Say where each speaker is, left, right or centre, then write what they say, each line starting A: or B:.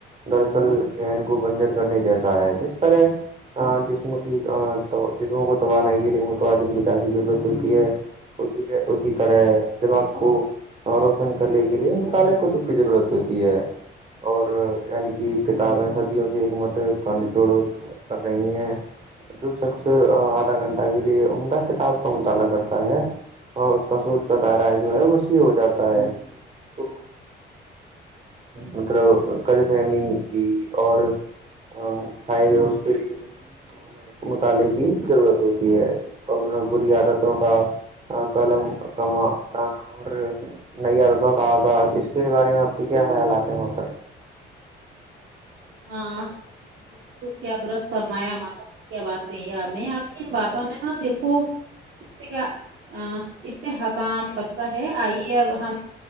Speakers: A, on the right; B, on the right.
A: دراصل ذہن کو بنجر کرنے جیسا ہے جس طرح جسم کی جسموں کو توانائی کے لیے متوازن غذا کی ضرورت ہوتی ہے اسی اسی طرح دماغ کو روشن کر لے اسی لیے مطالعے کتب کی ضرورت ہوتی ہے اور یعنی کہ کتابیں سدیا سے ایک مت کن چھوڑو کر رہی ہیں جو شخص آدھا گھنٹہ کے لیے عمدہ کتاب کا مطالعہ کرتا ہے ہاں اس کا سوچ کا دائرہ جو ہے وسیع ہو جاتا ہے تو مطلب ق فہمی کی اورائے گئے اس کے لیے ہمیں مطالعے کی ضرورت ہوتی ہے اور ان بری عادتوں کا قلم کما اور نیئ عادتوں کا آغاز اس کے بارے میں آپ تو کیا خیالات ہیں وہ
B: ہاں بالکل کیا درست فرمایا ماشاءاللہ کیا بات کہی ہے آپ نے آپ کی ان باتوں نے نا دل کو اس سے کیا اس سے حکام ہے آئیے اب ہم